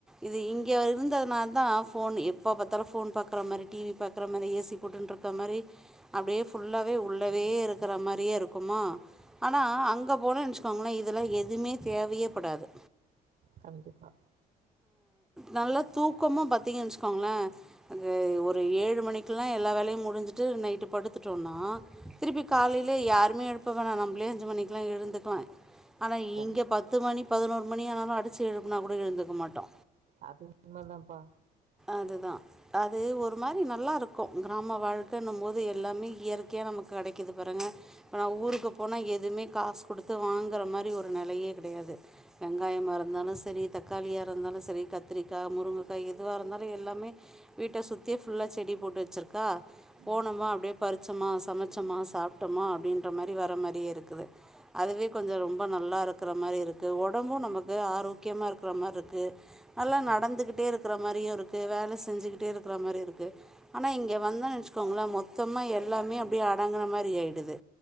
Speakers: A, in the centre; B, on the right (about 55°).
A: இது இங்கே இருந்ததுனால தா ஃபோன் எப்போ பாத்தாலோ ஃபோன் ப பார்க்கற மாதிரி டி வி பார்க்குற மாதிரி ஏ சி போட்டு இருக்க மாதிரி அப்படியே ஃபுல்லாகவே உள்ளவே இருக்குற மாரியே இருக்குமா ஆனா அங்கே போன நெனச்சக்கோங்கள இதெல்லா எதுவுமே தேவையேப்படாது
B: கண்டிப்பா
A: நல்லா தூக்கமும் பாத்தீங்கச்சுக்கோங்களன் ஒரு ஏழு மணிக்கு எல்லாம் எல்லா வேலையும் முடிஞ்சுட்டு நைட்டு படுத்துட்டு பாத்தோன்னா திருப்பிக் காலைல யாருமே எழுப்ப வேணா நம்மளே அஞ்சு மணிக்கெல்லா எழுந்துக்கலா ஆனா
B: கண்
A: இங்க பத்து மணி பதினோரு மணியனாலோ அடித்து எழுப்புனா கூட எழுது இருக்க மாட்டோ
B: அது உண்மை தான்ப்பா
A: அதுதா அது ஒரு மாரி நல்லாருக்கோ கிராம வாழ்க்கன்னு போது எல்லாமே இயற்கையா நமக்கு கெடைக்குது பாருங்க இப்போ நா ஊருக்கு போனா எதுவுமே காசு கொடுத்து வாங்குற மாரி ஒரு நெலையே கெடையாது வெங்காயமா இருந்தாலோ செரி த தக்காளியாக இருந்தாலு செரி கத்திரிக்கா முருங்கைக்கா எதுவா இருந்தாலு எல்லாமே வீட்ட சுத்தியே ஃபுல்லா செடி போட்டு வெச்சுருக்கா போனோமா
B: ம்
A: அப்டியே பறிச்சோமா சமைச்சோமா சாப்ட்டோமா அப்படின்ற மாரி வர மாரியே இருக்குது அதுவே கொஞ்சோ ரொம்ப நல்லா இருக்குற மாரி இருக்குது ஒடம்போ நமக்கு ஆரோக்கியமா இருக் இருக்கிற மாரி இருக்கு நல்லா
B: கண்
A: நடந்துக்கிட்டே இருக்குற மாரியு இருக்கு வேல செஞ்சுக்கிட்டே இருக்குற மாரியு இருக்கு ஆனா இங்கே வந்து நெனச்சுக் கோங்கள மொத்தமா எல்லாமே அப்படியே அடங்குற மாரி ஆகிடுது